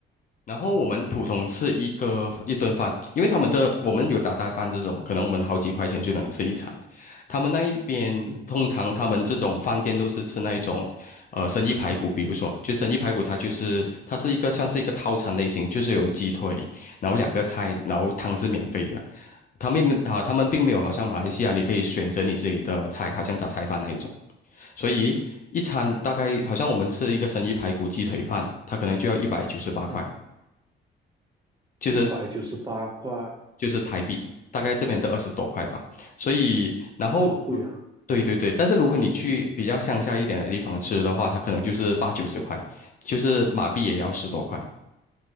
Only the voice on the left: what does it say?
然后我们普通吃一个一顿饭，
因为他们的我们有杂菜饭这种，可能我们好几块钱就能吃一餐。他们那一边通常他们这种饭店都是吃那一种，
呃，生意排骨，比如说就生意排骨，它就是它是一个算是一个套餐类型，就是有鸡腿，然后两个菜，然后汤是免费的。他们没啊，他们并没有好像马来西亚你可以选择你自己的菜，
好像杂菜饭那一种。所以一餐大概好像我们吃一个生意排骨鸡腿饭，它可能就要一百九十八块。
就是
就是台币，大概这边的二十多块吧。所以，然后，
嗯对对对，但是如果你去比较乡下一点的地方吃的话，它可能就是八九十块，就是马币也要十多块，